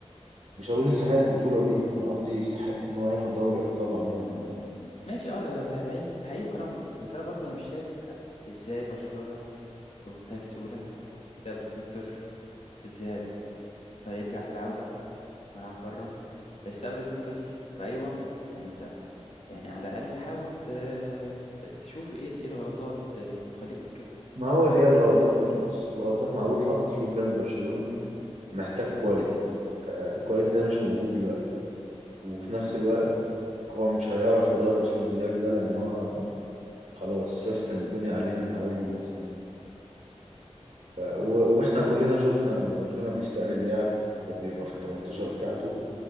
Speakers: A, on the right (about 85°); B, on the left (about 65°).
A: مش هقول يستحق البطولة دي أنا قصدي يستحق إن هو ياخد دوري أبطال عموما يعني
B: ماشي أه ده ده ده حقيقي وكلامك منطقي بس أنا برضو أنا مش شايف إزاي برشلونة بمنتهى السهولة تقابل 2-0 في الذهاب فيرجع في العودة ملعب بره فيستقبل 2-0 بأي منطق يعني يعني على الأقل حاول ت... ت- تشوف إيه إيه الغلطات اللي تخليك
A: ما هو هي الغلطات
B: تروح بالسهولة
A: بس
B: دي
A: الغلطات معروفة أسلوب لعب برشلونة محتاج كواليتي آه، الكواليتي ده مش موجود دلوقتي وفي نفس الوقت هو مش هيعرف يغير أسلوب اللعب ده لأن هو خلاص سيستم الدنيا عليه من أول الموسم آه، و- وإحنا كلنا شفنا لما برشلونة بيستقبل لعب وبيبقى في ال 18 بتاعته